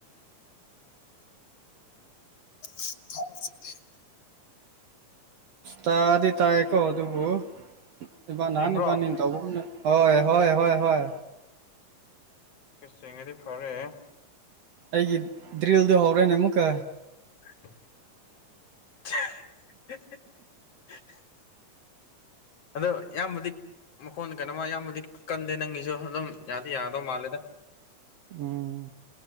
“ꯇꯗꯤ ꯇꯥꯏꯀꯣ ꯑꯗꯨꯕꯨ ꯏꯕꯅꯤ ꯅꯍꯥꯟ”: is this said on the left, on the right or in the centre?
Right